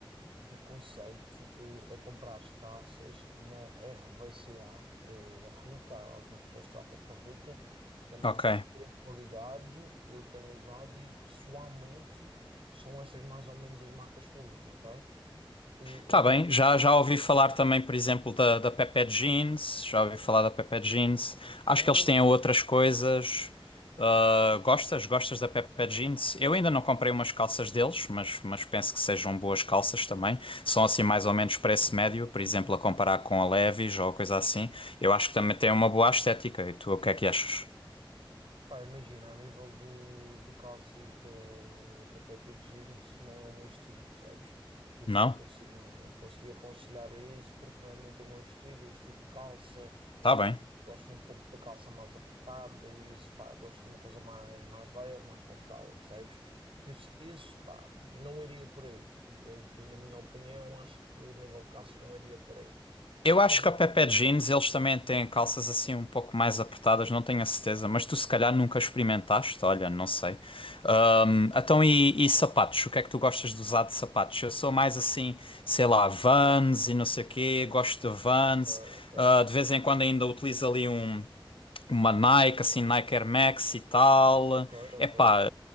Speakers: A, on the right; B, on the left.
A: aconselho-te eh, a comprar calças na R V RVCA, eh, Ruca, algumas pessoas tratam por Ruca. Também
B: ok.
A: tem boa qualidade, eu tenho usado e pessoalmente são estas mais ou menos as marcas que eu uso, ok? eh,
B: Tá
A: a nível
B: bem,
A: de
B: já,
A: calças.
B: já ouvi falar também, por exemplo, da, da Pepe Jeans, já ouvi falar da Pepe Jeans.
A: Hum,
B: Acho
A: eu não
B: que eles
A: uso.
B: têm outras coisas. Ah, gostas? Gostas da Pepe Jeans? Eu ainda não comprei umas calças deles, mas, mas penso que sejam boas calças também. São assim mais ou menos preço
A: Sim,
B: médio, por exemplo,
A: sim, sim.
B: a comparar com a Levi's ou coisa assim. Eu acho que também tem uma boa estética. E tu, o que é que achas?
A: Pá, imagina, a nível de, de calças da, da Pepe Jeans não é o meu estilo, percebes? Por isso
B: Não?
A: não te consigo, não, não te consigo aconselhar isso, porque não é muito o meu estilo, o estilo de calça,
B: Tá bem.
A: gosto um pouco da calça mais apertada e isso, pá, gosto de uma coisa mais, mais leve, mais confortável, percebes? Por isso, isso, pá, não iria por aí. Aqui, na minha opinião, acho que a nível de calças não iria por aí.
B: Eu acho
A: Mas a
B: que
A: nível,
B: a Pepe Jeans eles também têm calças assim um pouco mais apertadas, não tenho a certeza, mas tu se calhar nunca experimentaste, olha, não sei. Ahm, então e, e sapatos? O que é que tu gostas de usar de sapatos? Eu sou mais assim, sei lá, Vans e não sei o quê,
A: Hum,
B: gosto de Vans.
A: ok, ok,
B: Ah, de vez em quando ainda utilizo ali um, uma Nike, assim, Nike Air Max e tal.
A: ok, ok.
B: Epá,